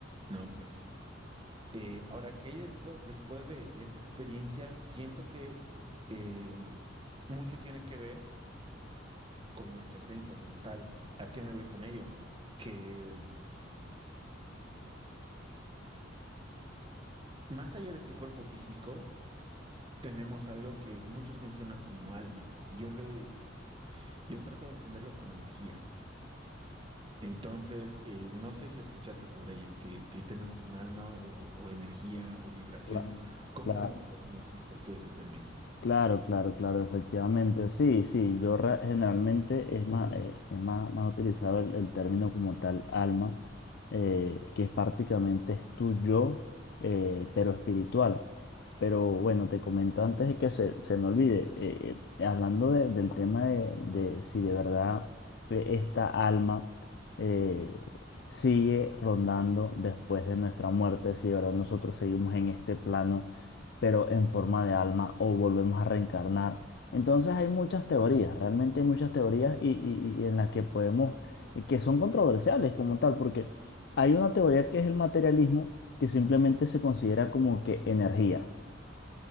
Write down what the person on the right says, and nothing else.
¿no? Eh, ahora, ¿qué hay después, después de, de esta experiencia? Siento que eh, mucho tiene que ver con nuestra esencia como tal. ¿A qué me voy con ello? Que mm, más allá de este cuerpo físico, tenemos algo que muchos mencionan como alma. Yo le, yo trato de entenderlo como energía. Entonces, eh, no sé si escuchaste sobre ello, que, que tenemos un alma o, o energía o vibración.
¿Cómo
lo conociste tú ese término?